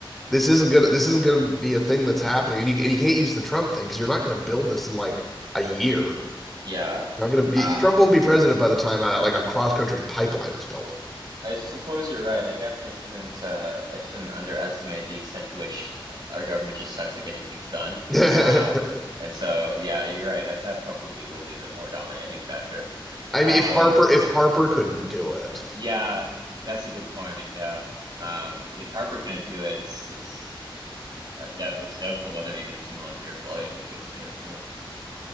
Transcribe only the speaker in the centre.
this isn't gonna this isn't gonna be a thing that's happening. And you, and you can't use the Trump thing because you're not gonna build this in like a year.
You're not gonna be
Trump won't be president by the time uh, like a cross country pipeline is built.
<laughs>
I
mean, if Harper, if Harper couldn't do it,